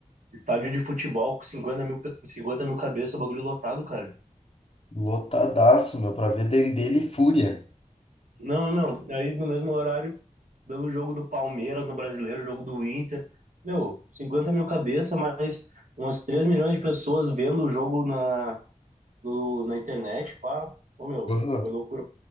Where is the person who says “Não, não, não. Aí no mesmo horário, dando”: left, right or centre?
Right